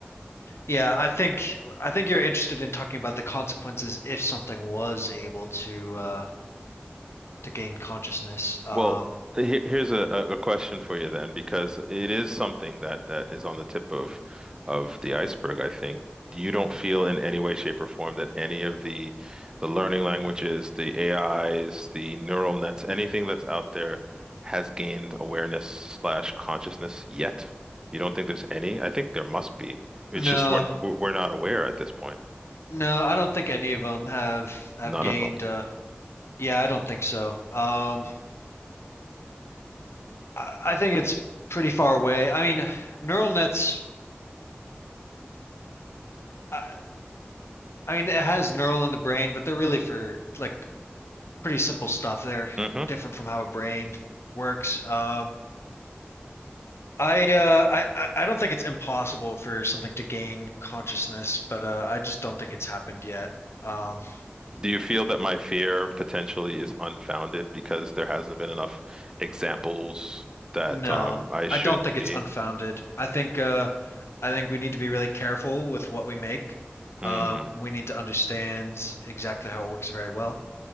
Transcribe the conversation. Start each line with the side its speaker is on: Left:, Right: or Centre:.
Left: yeah, I think I think you're interested in talking about the consequences if something was able to uh, to gain consciousness. Um,
Right: Well, he- here's a, a a question for you then, because it is something that that is on the tip of of the iceberg, I think. You don't feel in any way, shape, or form that any of the the learning languages, the AIs, the neural nets, anything that's out there has gained awareness slash consciousness yet? You don't think there's any? I think there must be. It's
Left: no,
Right: just we're we're not aware at this point.
Left: No, I don't think any of them have have
Right: None
Left: gained.
Right: of
Left: Uh, yeah, I don't think so. Um, I, I think it's pretty far away. I mean, neural nets. I, I mean, it has neural in the brain, but they're really for like pretty simple stuff. They're
Right: them.
Left: different from how a brain works. Um, I, uh, I I I don't think it's impossible for something to gain consciousness, but uh, I just don't think it's happened yet. Um,
Right: Do you feel that my fear potentially is unfounded because there hasn't been enough examples that
Left: no,
Right: um, I
Left: I
Right: should
Left: don't think it's
Right: be?
Left: unfounded. I think uh, I think we need to be really careful with what we make.
Right: Hmm.
Left: Uh, we need to understand exactly how it works very well.